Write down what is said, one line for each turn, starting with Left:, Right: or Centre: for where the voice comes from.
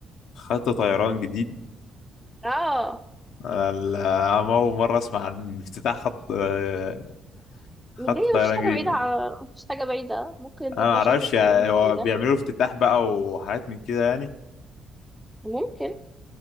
Left: خط طيران جديد
Centre: اه
Left: ال- انا اول مرة اسمع عن افتتاح خط آه، خط
Centre: دي
Left: طيران
Centre: مفيش حاجة
Left: جديد
Centre: بعيدة
Left: ده
Centre: عن مفيش حاجة بعيدة ممكن
Left: انا
Centre: تطلع
Left: ما اعرفش
Centre: شركة
Left: يعني
Centre: طيران
Left: هو
Centre: جديدة
Left: بيعملوا افتتاح بقى وحاجات من كده يعني
Centre: ممكن